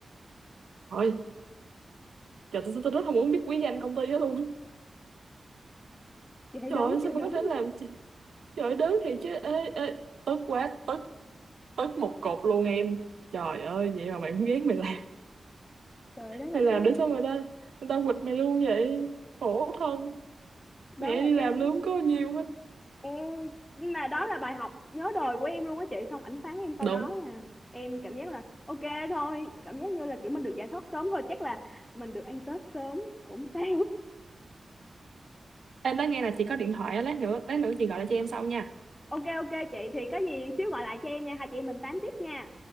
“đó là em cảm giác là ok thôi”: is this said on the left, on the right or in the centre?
Left